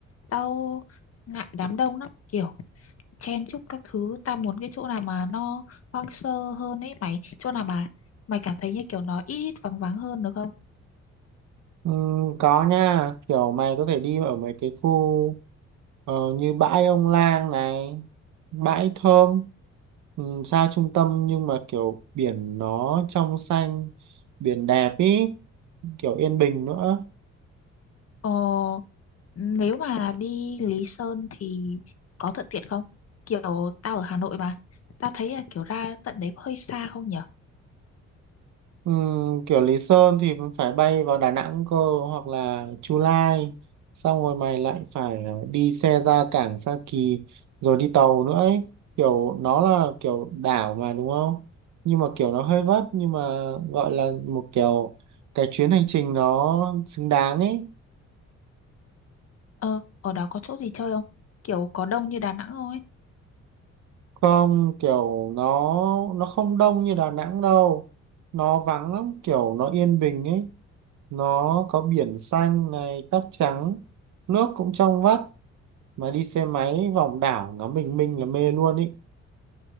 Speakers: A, on the left; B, on the right.
A: Tao ngại đám đông lắm, kiểu chen chúc các thứ. Tao muốn cái chỗ nào mà nó hoang sơ hơn ấy mày. Chỗ nào mà mày cảm thấy như kiểu nó ít ít vắng vắng hơn được không?
B: Ừ, có nha kiểu mày có thể đi ở mấy cái khu ờ, như bãi Ông Lang này bãi Thơm ừ, xa trung tâm nhưng mà kiểu biển nó trong xanh biển đẹp ý kiểu yên bình nữa
A: Ờ, nếu mà đi Lý Sơn thì có thuận tiện không? Kiểu tao ở Hà Nội mà. Tao thấy là kiểu ra tận đấy có hơi xa không nhở?
B: Ừ, kiểu Lý Sơn thì mình phải bay vào Đà Nẵng cơ hoặc là Chu Lai xong rồi mày lại phải ờ, đi xe ra cảng Sa Kỳ rồi đi tàu nữa ấy kiểu nó là kiểu đảo mà đúng không nhưng mà kiểu nó hơi vất nhưng mà gọi là một kiểu cái chuyến hành trình nó xứng đáng ấy
A: Ờ, ở đó có chỗ gì chơi không? Kiểu có đông như Đà Nẵng không ấy?
B: không kiểu nó nó không đông như Đà Nẵng đâu nó vắng lắm kiểu nó yên bình ấy nó có biển xanh này cát trắng nước cũng trong vắt mà đi xe máy vòng đảo ngắm bình minh là mê luôn ý